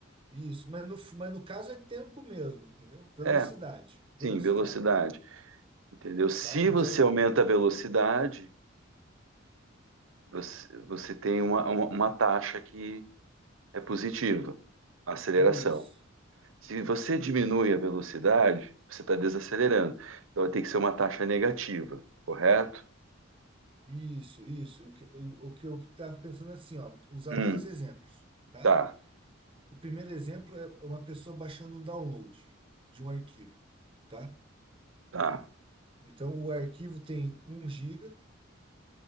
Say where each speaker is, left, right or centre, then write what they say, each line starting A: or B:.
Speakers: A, on the right; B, on the right.
A: Isso. Mas no, mas no caso é tempo mesmo, entendeu? Velocidade.
B: É,
A: Velocidade.
B: sim, velocidade. Entendeu? Se
A: Tá? Então,
B: você aumenta a velocidade, você, você tem uma, uma, uma taxa que é positiva a aceleração.
A: isso.
B: Se você diminui a velocidade, você está desacelerando. Então vai ter que ser uma taxa negativa, correto?
A: Isso, isso. O que, o, o que eu estava pensando assim, ó. Usar
B: Hum,
A: dois exemplos, tá?
B: tá,
A: O primeiro exemplo é uma pessoa baixando um download de um arquivo, tá?
B: tá,
A: Então, o arquivo tem um giga,